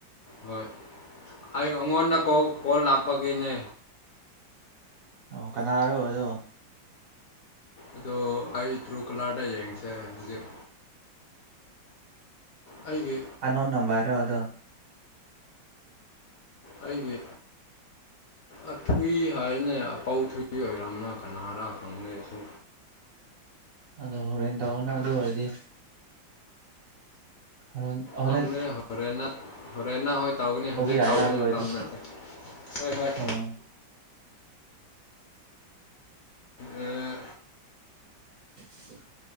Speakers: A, on the left; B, on the right.
A: ꯍꯣꯏ ꯍꯥꯏꯌꯨ ꯑꯉꯣꯟꯗ ꯀꯣ ꯀꯣꯜ ꯂꯥꯛꯄꯒꯤꯅꯦ
B: ꯑꯣ ꯀꯅꯥꯔꯣ ꯑꯗꯣ
A: ꯑꯗꯣ ꯑꯩ ꯇ꯭ꯔꯨꯀꯂꯥꯔꯗ ꯌꯦꯡꯁꯦ ꯍꯨꯖꯤꯛ ꯑꯩꯒꯤ
B: ꯑꯟꯅꯣꯟ ꯅꯝꯕꯔꯣ ꯑꯗꯣ <inaudible>
A: ꯑꯩꯒꯤ ꯑꯊꯨꯏ ꯍꯥꯏꯅꯦ ꯑꯄꯧ ꯊꯨꯏ ꯑꯣꯏꯔꯝꯅ ꯀꯅꯥꯔ ꯈꯪꯗꯦ ꯑꯁꯤ
B: ꯑꯗꯣ ꯍꯣꯔꯦꯟ ꯇꯧꯅ ꯑꯗꯨ ꯑꯣꯏꯔꯗꯤ ꯍꯣꯔꯦꯟ ꯍꯣꯔꯦꯟ
A: ꯐꯪꯗꯦ ꯍꯣꯔꯦꯟꯅꯠ ꯍꯣꯔꯦꯟꯅ ꯍꯣꯏ ꯇꯧꯒꯅꯤ ꯍꯨꯖꯤꯛ
B: ꯌꯥꯏꯅ
A: ꯇꯧꯕ
B: ꯑꯗꯨ ꯑꯣꯏꯔꯗꯤ
A: ꯃꯇꯝ ꯅꯠꯇꯦ ꯍꯣꯏ ꯍꯣꯏ
B: ꯑꯥ
A: ꯑꯥ
B: <unintelligible>